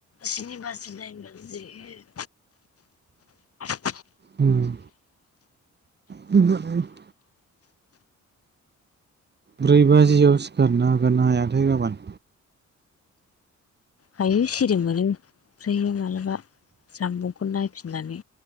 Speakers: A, on the left; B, on the right.
A: स्नि बाजि दाइन बाजि <unintelligible> <inaudible>
B: उम‌ <unintelligible> ब्रै बाजियाव सिखारनो हागोन ना हायाथाय गाबोन?
A: हायो सिरि मोनो ओमफ्रायो मालाबा जामबुं खौ नायफिननानै